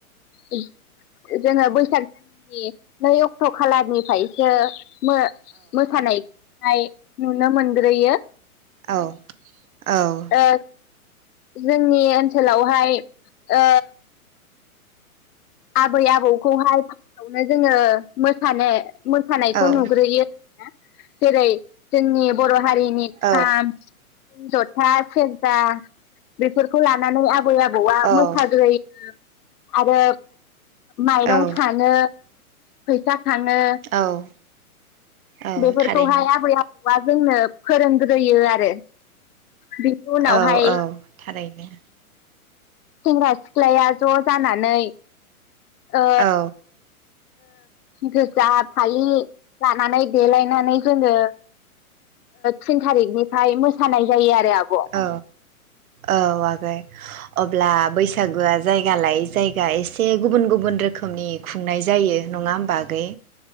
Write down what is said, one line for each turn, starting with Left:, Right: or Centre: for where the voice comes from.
Left: <inaudible> जों बैसाग नै अक्ट'खालारनिफ्रायसो मो मोसानाय नाय नुनो मोनग्रोयो।
Right: औ औ।
Left: ओ जोंनि ओनसोलावहाय ओ आबै आबौखौहाय। ओमफ्राय जोङो मोसानो मोसानायखौ
Right: औ
Left: नुग्रोयो ना। जेरै जोंनि बर हारि नि
Right: औ
Left: खाम जथा सेरजा बेफोरखौ लानानै आबै आबौआ
Right: औ
Left: मोसाग्रोयो। आरो माइरं
Right: औ
Left: खाङो फैसा खाङो
Right: औ औ
Left: बेफोरखौहाय
Right: थारैनो
Left: आबै आबौ औवा जोंनो फोरोंग्रोयो आरो। बिनि उनावहाय
Right: औ औ थारैनो।
Left: सेंग्रा सिख्लाया ज' जानानै ओ
Right: औ
Left: गोजा फालि लानानै देलायनानै जोङो थिन थारिखनिफ्राय मोसानाय जायो आरो आब'
Right: औ औ आगै अब अब्ला बैसागुआ जायगा लायै जायगा एसे गुबुन गुबुन रोखोमनि खुंनाय जायो नङा होमबा आगै।